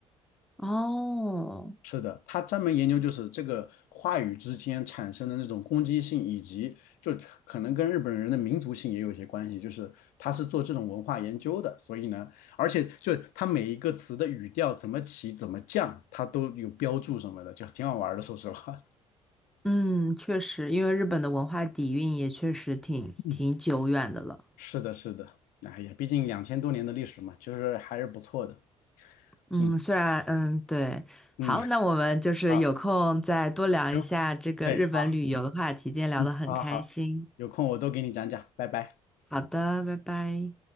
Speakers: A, in the centre; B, on the left.
A: 哦，
B: 是的，他专门研究就是这个话语之间产生的那种攻击性，以及就可能跟日本人的民族性也有一些关系。就是他是做这种文化研究的，所以呢，而且就他每一个词的语调怎么起、怎么降，他都有标注什么的，就挺好玩儿的。说实话，
A: 嗯，确实，因为日本的文化底蕴也确实挺挺久远的了。
B: <laughs> 嗯，是的，是的，哎呀，毕竟两千多年的历史嘛，就是还是不错的。
A: 嗯，
B: 嗯
A: 虽然嗯对，
B: 嗯，
A: 好，
B: <laughs>
A: 那我们就是有空再多聊一下这个日本旅游的话题，
B: 啊，行，对，好，
A: 今天聊得很开心。
B: 嗯，好好，有空我都给你讲讲，拜拜。
A: 好的，拜拜。